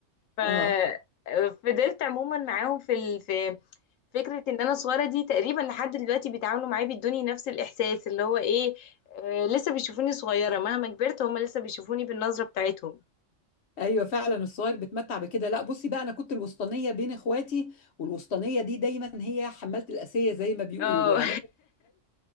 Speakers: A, on the left; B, on the left.
A: ففضلت
B: اه
A: عموما معاهم في ال... في فكرة ان انا صغيرة دي تقريبا لحد دلوقتي بيتعاملوا معايا بيدوني نفس الاحساس اللي هو ايه آه لسه بيشوفوني صغيرة مهما كبرت هما لسه بيشوفوني بالنظرة بتاعتهم
B: ايوه فعلا الصغير بيتمتع بكده لا بصي بقى انا كنت الوسطانيه بين اخواتي والوسطانيه دي دايما هي حماله الاسيه زي ما بيقولوا
A: اه
B: يعني